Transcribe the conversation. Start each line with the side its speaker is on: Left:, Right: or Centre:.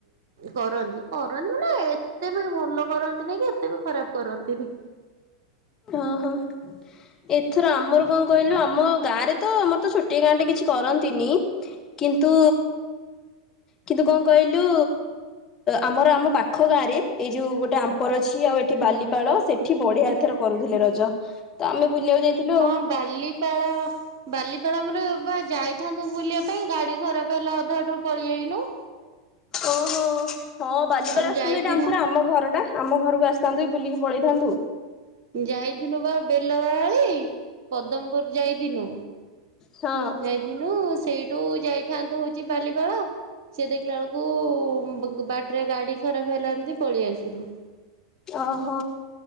Right: କରନ୍ତି କରନ୍ତି। ମୋନେ ଏତେ ବି ଭଲ କରନ୍ତି ନାଇଁ କି ଏତେ ବି ଖରାପ କରନ୍ତିନି।
Left: ଓହୋ ଏଥର ଆମର କଣ କହିଲୁ ଆମ ଗାଁ ରେ ତ ଆମର ତ ଛୋଟିଆ ଗାଁ ଟେ କିଛି କରନ୍ତିନି କିନ୍ତୁ କିନ୍ତୁ କଣ କହିଲୁ। ଆମର ଆମ ପାଖ ଗାଁ ରେ ଏଇ ଯୋଉ ଗୋଟେ ଆମ୍ପର ଅଛି ଆଉ ଏଠି ବାଲିପାଳ ସେଠି ବଢ଼ିଆ ଏଥର କରୁଥିଲେ ରଜ ତ ଆମେ ବୁଲିବାକୁ ଯାଇଥିଲୁ ଆଉ।
Right: ହଁ ବାଲିପାଳ ବାଲିପାଳ ଆମର ବା ଯାଇଥାନ୍ତୁ। ବୁଲିବା ପାଇଁ ଗାଡ଼ି ଖରାପ ହେଲା ଅଧାବାଟରୁ ପଳାଆଇନୁ।
Left: ଓହୋ ହଁ ବାଲିପାଳ
Right: ଆମେ
Left: ଆସନ୍ତୁ
Right: ଯାଇଥିନୁ
Left: ଏଇଠା ଆମ ପୁରା ଆମ ଘର ଟା। ଆମ ଘରକୁ ଆସିଥାନ୍ତୁ ବୁଲିକି ପଳେଇଥାନ୍ତୁ।
Right: ଯାଇଥିନୁ ବା ବେଲବାହାଲି ପଦମପୁର ଯାଇଥିନୁ।
Left: ହଁ
Right: ଯାଇଥିନୁ ସେଇଠୁ ଯାଇଥାନ୍ତୁ ହଉଛି ବାଲିପାଳ। ସେ ଦେଖିଲା ବେଳକୁ ବାଟରେ ଗାଡ଼ି ଖରାପ ହେଲା ଏମତି ପଳେଇ ଆସିଲୁ।
Left: ଓହୋ।